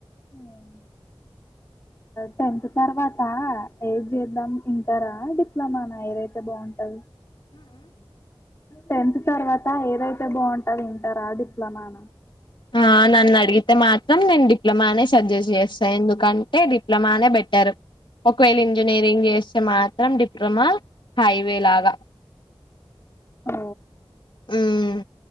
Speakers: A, on the left; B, on the left.
A: ఏం టెన్త్ తర్వాత ఎయిత్ చేద్దాం ఇంటరా ఇట్లానా నా ఏదైతే బాగుంటది టెన్త్ తర్వాత ఏదైతే బాగుంటది ఇంటర్ ఆ డిప్లొమా నా
B: ఆ నన్ను అడిగితే మాత్రం నేను డిప్లొమానే సజెస్ట్ చేస్తా ఎందుకంటే డిప్లొమానే బెటర్ ఒకవేళ ఇంజనీరింగ్ చేస్తే మాత్రం డిప్లొమా హైవే లాగా
A: ఆ
B: ఉమ్